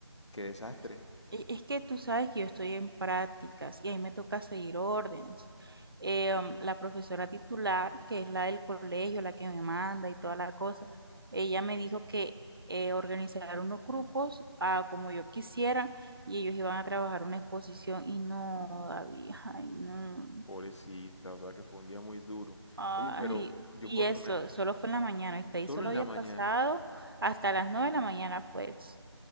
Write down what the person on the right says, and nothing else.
Es es- es que tú sabes que yo estoy en prácticas y ahí me toca seguir órdenes. Eh, um, la profesora titular, que es la del colegio, la que me manda y toda la cosa, ella me dijo que eh, organizar unos grupos ah, como yo quisiera y ellos iban a trabajar una exposición y no, David, <laughs> ay, no.
Ay,
y
eso,
solo fue en la mañana, y ahí
solo
había
pasado hasta las nueve de la mañana, pues.